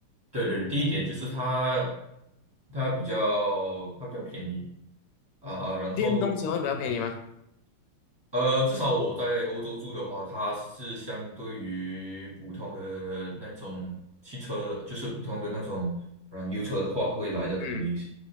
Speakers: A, on the right (about 20°); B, on the left (about 90°).
A: 对对对，第一点就是它它比较它比较便宜啊，然后
B: 电动车会比较便宜吗？
A: 呃，至少我在欧洲住的话，它是相对于普通的那种汽车，就是普通的那种燃油车的话，会来的便宜一些。
B: 嗯